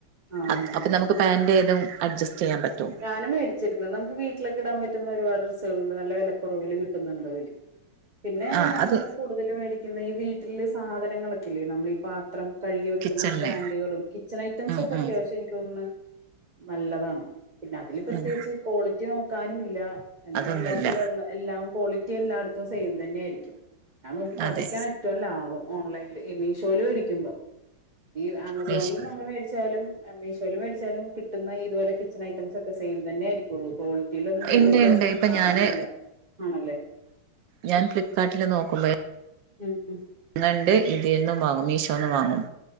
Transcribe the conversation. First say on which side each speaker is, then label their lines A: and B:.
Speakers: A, on the right; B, on the right.
A: ആ
B: അ
A: ആ
B: അപ്പൊ നമുക്ക്
A: ആ
B: പാന്റ് ഏതും അഡ്ജസ്റ്റിയ്യാൻ പറ്റും
A: ഞാനും മേടിച്ചിരുന്നു നമുക്ക് വീട്ടിലൊക്കെ ഇടാൻ പറ്റുന്ന ഒരുപാട് ഡ്രസ്സേള്ണ്ട് നല്ല വെലക്കുറവില് കിട്ടുന്നുണ്ട് അതില് പിന്നെ
B: ആ
A: ഞാന്
B: അത്
A: കൂടുതല് വേടിക്കുന്നത് ഈ വീട്ടില് സാധനങ്ങളൊക്കെല്ലേ നമ്മളീ പാത്രം കഴുകി വെക്കുന്ന
B: കിച്ചണില്
A: സ്റ്റാൻൻ്റുകളും കിച്ചൺ ഐറ്റംസൊക്കെ
B: ഉം
A: അത്യാവശ്യം
B: ഉം
A: എനിക്ക് തോന്ന്ണ് നല്ലതാണ് പിന്നെ അതില് പ്രത്യേകിച്ച്
B: ഉം
A: ക്വാളിറ്റി നോക്കാനും ഇല്ല എന്നാ
B: അതൊന്നുല്ല
A: എല്ലാത്തിലുള്ള എല്ലാം ക്വാളിറ്റി എല്ലായിടത്തും സെയിം തന്നെയായിരിക്കും ഞാൻ നോക്കിയിട്ട്
B: അതെ
A: അതൊക്കെയാണ് ഏറ്റവും ലാഭം ഓൺലൈനിൽ ഈ മീഷോൽ മേടിക്കുമ്പോ ഈ ആമസോണിൽ
B: മീഷ്
A: നമ്മൾ മേടിച്ചാലും ആ മീഷോയിൽ മേടിച്ചാലും കിട്ടുന്ന ഇതുപോലെ കിച്ചൺ ഐറ്റംസ് ഒക്കെ സെയിം തന്നെ ആയിരിക്കുള്ളൂ കോ റ്റിയിലൊന്നും വലിയ
B: ഇണ്ട്
A: വ്യത്യാസൊന്നും
B: ഇണ്ട് ഇപ്പൊ
A: മാറാനില്ല
B: ഞാന്
A: ആണല്ലേ
B: ഞൻ ഫ്ലിപ്കാട്ടില് നോക്കുമ്പേ
A: ഉം ഉം
B: ങ്ങണ്ട് ഇതീന്നും വാങ്ങും. മീഷോന്നും വാങ്ങും